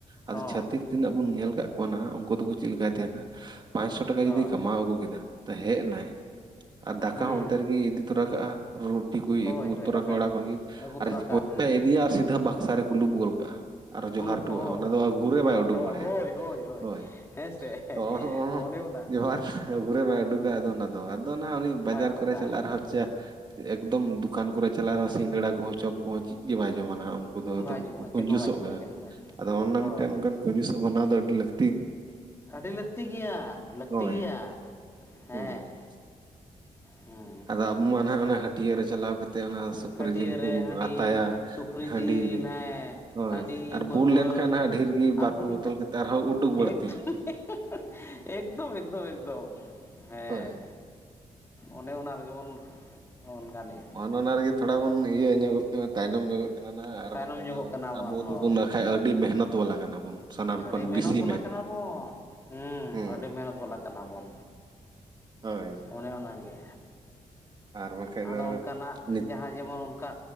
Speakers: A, on the right; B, on the left.
A: ᱟᱫᱚ
B: ᱦᱚᱸ
A: ᱪᱟᱹᱛᱤᱠ ᱛᱤᱱᱟᱹᱜ ᱵᱚᱱ ᱧᱮᱞ ᱟᱠᱟᱫ ᱠᱚᱣᱟ ᱱᱟᱦᱟᱜ ᱩᱱᱠᱩ ᱫᱚᱠᱚ ᱪᱮᱫ ᱞᱮᱠᱟᱭ ᱛᱟᱦᱮᱱᱟ, ᱯᱟᱸᱪᱥᱚ ᱴᱟᱠᱟ
B: ᱦᱳᱭ
A: ᱡᱩᱫᱤᱭ ᱠᱟᱢᱟᱣ ᱟᱹᱜᱩ ᱠᱮᱫᱟ, ᱛᱚ ᱦᱮᱡ ᱮᱱᱟᱭ, ᱟᱨ ᱫᱟᱠᱟ
B: ᱦᱩᱸ
A: ᱦᱚᱸ ᱚᱱᱛᱮ ᱨᱮᱜᱮ ᱤᱫᱤ ᱛᱚᱨᱟ ᱠᱟᱜᱼᱟ, ᱨᱩ ᱴᱤ ᱠᱚᱭ
B: ᱦᱳᱭ
A: ᱟᱹᱜᱩ
B: ᱦᱳᱭ
A: ᱛᱚᱨᱟ
B: ᱫᱟᱠᱟᱧ
A: ᱠᱟᱜ-ᱟ ᱚᱲᱟᱜ ᱠᱷᱚᱡ ᱜᱮ
B: ᱟᱹᱜᱩ
A: ᱟᱨ
B: ᱛᱚᱨᱟ ᱠᱟᱜᱼᱟ
A: ᱯᱚᱭᱥᱟᱭ
B: ᱦᱩᱸ
A: ᱤᱫᱤᱭᱟ ᱟᱨ ᱥᱤᱫᱟᱹ ᱵᱟᱠᱥᱟ ᱨᱮ ᱠᱩᱞᱩᱵ ᱜᱚᱫ ᱠᱟᱜᱼᱟ᱾ ᱟᱨᱚ
B: ᱠᱩᱞᱩᱯ
A: ᱡᱚᱦᱟᱨ ᱦᱚᱴᱚᱭᱟᱜᱼᱟ,
B: ᱦᱳᱭ
A: ᱚᱱᱟ ᱫᱚ ᱜᱷᱩᱨᱮ
B: ᱡᱚᱦᱚᱲ
A: ᱵᱟᱭ ᱩᱰᱩᱠ
B: ᱦᱚᱴᱚᱣᱟᱜ
A: ᱵᱟᱲᱟᱭᱟ,
B: ᱦᱳᱭ
A: ᱦᱳᱭ᱾
B: ᱦᱮᱸᱥᱮ
A: ᱛᱚ
B: ᱚᱱᱮ ᱚᱱᱟ
A: <unintelligible> ᱡᱚᱦᱟᱨ ᱜᱩᱨᱮ ᱵᱟᱭ ᱩᱰᱩᱠᱟ ᱟᱫᱚ ᱚᱱᱟ ᱫᱚ ᱟᱫᱚ ᱱᱟᱦᱟᱜ ᱩᱱᱤ
B: ᱵᱟᱭ
A: ᱵᱟᱡᱟᱨ
B: ᱚᱰᱚᱠᱟ
A: ᱠᱚᱨᱮ ᱪᱟᱞᱟᱜ ᱨᱮ ᱦᱚᱸ ᱪᱟ, ᱮᱠᱫᱚᱢ ᱫᱚᱠᱟᱱ ᱠᱚᱨᱮ ᱪᱟᱞᱟᱜ ᱨᱮᱦᱚᱸ ᱥᱤᱸᱜᱟᱹᱲᱟ ᱠᱚᱦᱚᱸ ᱪᱚᱯ ᱠᱚᱦᱚᱸ ᱪᱮᱫ ᱜᱮ ᱵᱟᱭ ᱡᱚᱢᱟ ᱱᱟᱦᱟᱜ᱾ ᱩᱱᱠᱩ ᱫᱚ ᱮᱠᱫᱚᱢ
B: ᱵᱟᱭ ᱡᱚᱢᱟ
A: ᱠᱚ ᱠᱩᱧᱡᱩᱥᱚᱜ
B: ᱪᱮᱫ ᱦᱚᱸ ᱵᱟᱭ ᱡᱚᱢᱟ
A: ᱠᱟᱱᱟ,
B: ᱪᱮᱫ ᱦᱚᱸ ᱵᱟᱭ ᱡᱚᱢᱟ
A: ᱟᱫᱚ ᱚᱱᱱᱟ
B: ᱦᱳᱭ
A: ᱢᱤᱫᱴᱮᱱ ᱚᱱᱠᱟᱱ ᱯᱧᱡᱩᱥᱟ ᱵᱮᱱᱟᱣ ᱫᱚ ᱟᱹᱰᱤ ᱞᱟᱹᱠ
B: ᱟᱹᱰᱤ ᱞᱟᱹᱠᱛᱤ ᱜᱮᱭᱟ, ᱞᱟᱹᱠᱛᱤ
A: ᱦᱳᱭ
B: ᱜᱮᱭᱟ, ᱦᱮᱸ᱾
A: ᱦᱩᱸ
B: ᱦᱩᱸ᱾
A: ᱟᱫᱚ ᱟᱵᱚ ᱢᱟ ᱱᱟᱦᱟᱜ ᱚᱱᱟ ᱦᱟᱹᱴᱭᱟᱹ ᱨᱮ ᱪᱟᱞᱟᱣ ᱠᱟᱛᱮᱜ ᱚᱱᱟ ᱥᱩᱠᱨᱤ
B: ᱦᱟᱹᱴᱭᱟᱹ
A: ᱡᱮᱞ
B: ᱨᱮ
A: ᱠᱚᱵᱚᱱ
B: ᱦᱟᱺᱰᱤ
A: ᱟᱛᱟᱭᱟ,
B: ᱥᱩᱠᱨᱤ ᱡᱤᱞ
A: ᱦᱟᱺᱰᱤ
B: ᱦᱮᱸ
A: ᱦᱳᱭ
B: ᱦᱟᱺᱰᱤ
A: ᱟᱨ
B: ᱯᱟᱹᱨᱣᱟᱹ
A: ᱵᱩᱞ ᱞᱮᱱᱠᱷᱟᱱ ᱦᱟᱸᱜ ᱰᱷᱮᱨ ᱜᱮ
B: ᱟᱨ
A: ᱵᱟᱨ-ᱯᱮ
B: ᱵᱚᱱ
A: ᱵᱳᱛᱚᱞ ᱠᱟᱛᱮ ᱟᱨᱦᱚᱸ ᱩᱰᱩᱠ ᱵᱟᱹᱲᱛᱤᱼᱟ᱾
B: ᱮᱠᱫᱚᱢ ᱮᱠᱫᱚᱢ ᱮᱠᱫᱚᱢ ᱮᱠᱫᱚᱢ, ᱦᱮᱸ᱾
A: ᱦᱳᱭ
B: ᱚᱱᱮ ᱚᱱᱟ ᱨᱮᱜᱮ ᱵᱚᱱ ᱵᱚᱱ ᱜᱟᱱᱮᱜᱼᱟ᱾
A: ᱚᱱ-ᱚᱱᱟ ᱨᱮᱜᱮ ᱛᱷᱚᱲᱟ ᱵᱚᱱ ᱤᱭᱟᱹ ᱧᱚᱜᱚᱜ ᱠᱟᱱᱟ᱾ ᱛᱟᱭᱱᱚᱢ ᱧᱚᱜᱚᱜ ᱠᱟᱱᱟ ᱱᱟᱦᱟᱸᱜ ᱟᱨ
B: ᱛᱟᱭᱱᱚᱢ
A: ᱵᱟᱠᱷᱟᱡ
B: ᱧᱚᱜᱚᱜ
A: ᱫᱚ
B: ᱠᱟᱱᱟ ᱵᱚᱱ
A: ᱟᱵᱚ
B: ᱦᱳᱭ
A: ᱫᱚᱵᱚᱱ ᱵᱟᱠᱷᱟᱡ ᱟᱹᱰᱤ ᱢᱮᱦᱱᱚᱛ ᱵᱟᱞᱟ ᱠᱟᱱᱟ ᱵᱚᱱ᱾ ᱥᱟᱱᱟᱢ
B: ᱟᱹᱰᱤ
A: ᱠᱷᱚᱱ
B: ᱢᱮᱦᱱᱚᱛ
A: ᱵᱮᱥᱤ
B: ᱵᱟᱞᱟ ᱠᱟᱱᱟ ᱵᱚᱱ, ᱦᱮᱸ
A: ᱦᱩᱸ
B: ᱟᱹᱰᱤ ᱢᱮᱦᱱᱚᱛ ᱵᱟᱞᱟ ᱠᱟᱱᱟ ᱵᱚᱱ᱾
A: ᱦᱳᱭ
B: ᱚᱱᱮ ᱚᱱᱟ ᱜᱮ,
A: ᱟᱨ ᱵᱟᱠᱷᱟᱡ
B: ᱟᱫᱚ
A: ᱫᱚ
B: ᱚᱱᱠᱟᱱᱟᱜ
A: ᱱᱤᱛ
B: ᱡᱟᱦᱟᱸᱭ ᱡᱮᱢᱚᱱ ᱚᱱᱠᱟ